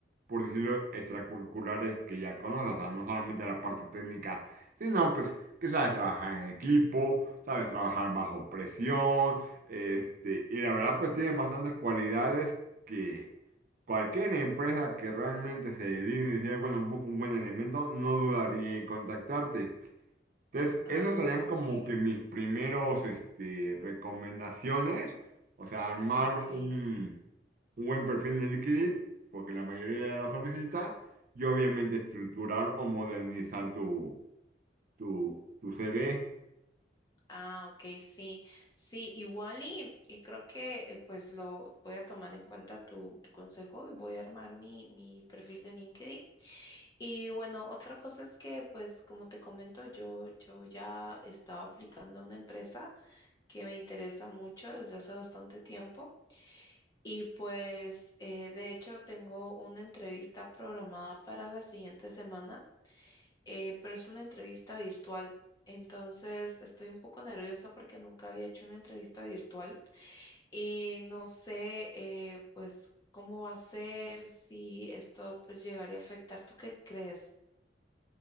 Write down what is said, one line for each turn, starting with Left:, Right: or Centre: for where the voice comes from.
Right: por decirlo, extracurriculares que ya conoces, o sea, no solamente la parte técnica, sino pues que sabes trabajar en equipo, sabes trabajar bajo presión, este, y la verdad pues tienes bastantes cualidades que Cualquier empresa que realmente se dedique a decir, bueno, busco un buen elemento, no dudaría en contactarte. Entonces,
Left: Ah,
Right: esas serían
Left: okay.
Right: como que mis primeros, este, recomendaciones. O sea, armar
Left: Okay,
Right: un,
Left: sí.
Right: un buen perfil de LinkedIn, porque la mayoría lo solicita, y obviamente estructurar o modernizar tu, tu, tu CV.
Left: Ah, okay, sí. Sí, igual y, y creo que eh, pues lo voy a tomar en cuenta tu, tu consejo y voy a armar mi, mi perfil de LinkedIn Y bueno, otra cosa es que, pues, como te comento, yo, yo ya estaba aplicando a una empresa que me interesa mucho desde hace bastante tiempo. Y pues, eh, de hecho, tengo una entrevista programada para la siguiente semana, eh, pero es una entrevista virtual. Entonces, estoy un poco nerviosa porque nunca había hecho una entrevista virtual y no sé, eh, pues, cómo va a ser, si esto, pues, llegaría a afectar. ¿Tú qué crees?